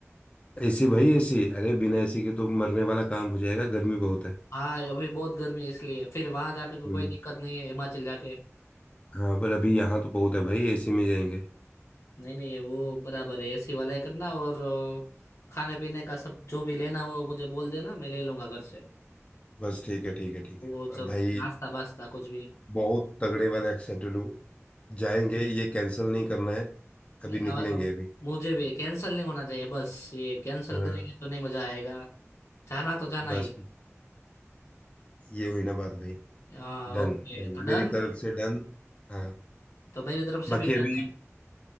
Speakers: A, on the left; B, on the left.
A: एसी भाई एसी अरे बिना एसी के तो मरने वाला काम हो जाएगा गर्मी बहुत है
B: हाँ अभी बहुत गर्मी है इसलिए फिर वहां जाके को
A: हम्म
B: कोई दिक्कत नहीं है हिमाचल जाके
A: हाँ पर अभी यहाँ तो बहुत है भाई एसी में जाएंगे
B: नहीं नहीं ये वो बराबर है एसी वाला ही करना और अ, खाने पीने का सब जो भी लेना वो मुझे बोल देना मैं ले लूंगा घर से
A: बस ठीक है ठीक है ठीक
B: वो
A: है
B: सब
A: भाई
B: नाश्ता वास्ता कुछ भी
A: बहुत तगड़े वाले एक्साइटेड हूँ जाएंगे
B: नहीं,
A: ये कैंसिल नहीं करना है
B: नहीं,
A: अभी
B: अब-
A: निकलेंगे
B: अब
A: अभी
B: मुझे भी कैंसिल नहीं होना चाहिए बस ये कैंसिल
A: हाँ
B: करेंगे तो नहीं मजा आएगा जाना तो जाना
A: बस
B: ही
A: ये हुई ना बात भाई
B: हाँ
A: डन
B: ओके
A: डन
B: तो
A: मेरी
B: डन
A: तरफ से डन हाँ
B: तो मेरी तरफ से
A: बाकी
B: भी डन
A: अभी
B: है